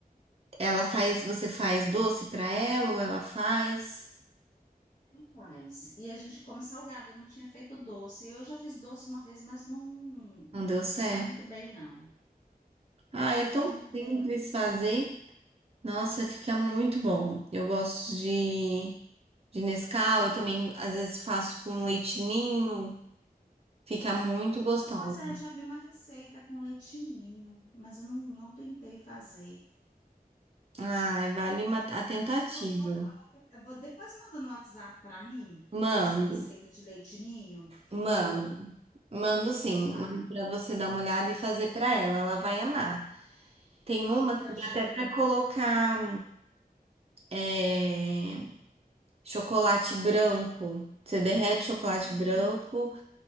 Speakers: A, on the right; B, on the left.
A: Ela faz, você faz doce pra ela ou ela faz?
B: Rapaz, e a gente come salgada, não tinha feito doce. Eu já fiz doce uma vez, mas não
A: Não deu certo.
B: saiu muito bem, não.
A: Ah, é tão
B: Não saiu muito
A: simples
B: bem, não.
A: fazer. Nossa, fica muito bom. Eu gosto de de Nescau, eu também às vezes faço com leite ninho. Fica muito gostosa.
B: Já- Pois é, já vi uma receita com leitinho, mas eu não, não tentei fazer.
A: Ai, vale uma, a tentativa.
B: Vamos copiar o- eu vou- Depois manda no WhatsApp para mim
A: Mando,
B: essa receita de leitinho, por
A: mando,
B: favor.
A: mando sim. Mando
B: Tá.
A: para você dar uma olhada e fazer para ela. Ela vai amar. Tem
B: Ai,
A: uma
B: tá
A: que dá
B: joia.
A: até para colocar é, chocolate branco. Você derrete chocolate
B: Hum.
A: branco,